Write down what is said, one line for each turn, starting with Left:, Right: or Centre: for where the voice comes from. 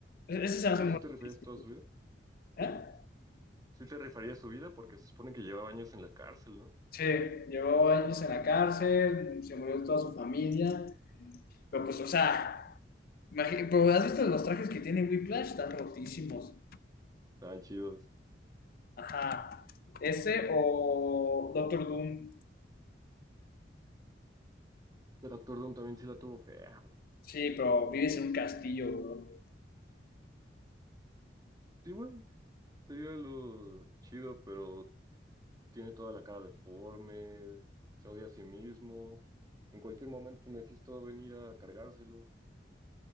Left: E- Ese se hace
Right: ¿Pero
Left: muy
Right: sí te rifarías
Left: difícil,
Right: toda su vida?
Left: ¿eh?
Right: Sí te rifarías su vida porque se supone que llevaba años en la cárcel, ¿no?
Left: Sí, llevó años en la cárcel, se murió toda su familia, pero pues, o sea, imagi- pero ¿has visto los trajes que tiene Whiplash? Están rotísimos.
Right: Estaban chidos.
Left: Ajá. Ese o Doctor Doom.
Right: El actor Doom también sí la tuvo fea, bro.
Left: Sí, pero vives en un castillo, bro.
Right: Sí, güey. Sería lo chido, pero tiene toda la cara deforme, se odia a sí mismo. En cualquier momento me va a venir a cargárselo.